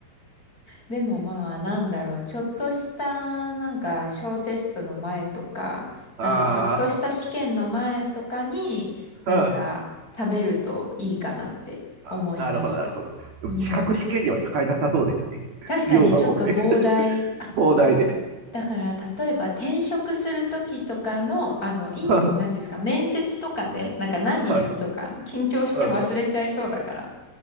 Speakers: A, on the left; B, on the right.
A: でもまあなんだろう、ちょっとしたなんか小テストの前とか、なんかちょっとした試験の前とかになんか食べるといいかなって思いました。
B: あーうんあ、なるほど、なるほど。でも資格試験では使えなさそうですよね。
A: うん。確かにちょっと膨大、
B: 量が多くて、
A: あ、
B: 膨大で。
A: だから例えば転職する時とかの、あの、イン、
B: はい、
A: なんていうんですか、面接とかでなんか何言うとか緊張して忘れちゃいそうだから、
B: はい、うん。